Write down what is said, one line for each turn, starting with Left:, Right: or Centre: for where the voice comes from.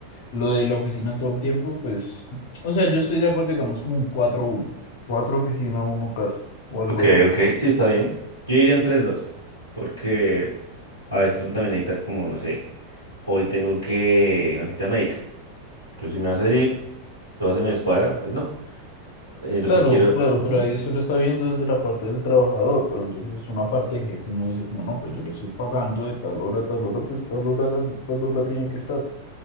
Left: Lo de la oficina todo el tiempo, pues, o sea, yo estoy de acuerdo, digamos, como un cuatro uno, cuatro oficina, uno casa, o algo
Right: Ok,
Left: así.
Right: ok. Sí, está bien. Yo diría un tres dos porque a veces uno también necesita como, no sé, hoy tengo que una cita médica. Yo si me vas a salir todo se me descuadra, pues no. Eh, lo
Left: Claro,
Right: que quiero...
Left: claro,
Right: ujú.
Left: pero ahí eso lo está viendo desde la parte del trabajador, pero entonces una parte jefe, uno dice como, no, pues yo le estoy pagando de tal hora a tal hora, pues tal hora, tal hora tiene que estar.